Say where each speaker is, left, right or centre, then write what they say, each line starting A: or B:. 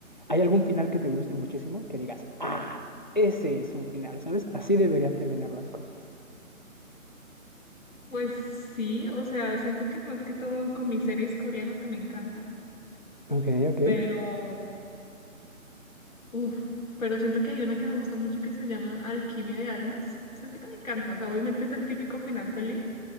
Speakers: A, on the left; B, on the left.
A: ¿Hay algún final que te guste muchísimo? Que digas, ah, ese es un final, ¿sabes? Así deberían terminar las cosas.
B: Pues sí, o sea, siento que es más que todo con mis series coreanas que me encantan,
A: Ok, ok.
B: pero, uff, pero siento que hay una que me gusta mucho que se llama Alquimia de Almas. Siento que me encanta, o sea, obviamente es el típico final feliz,